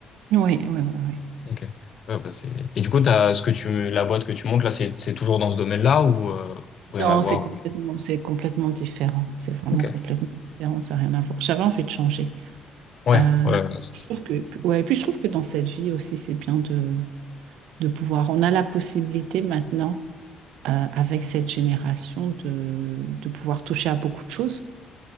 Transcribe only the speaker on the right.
Oui, oui, oui, oui.
Non,
c'est complètement, c'est complètement différent. C'est vraiment
complètement différent, ça n'a rien à voir. J'avais envie de changer.
Euh,
Je trouve que, ouais, et puis je trouve que dans cette vie aussi, c'est bien de, de pouvoir. On a la possibilité maintenant, euh, avec cette génération, de, de pouvoir toucher à beaucoup de choses.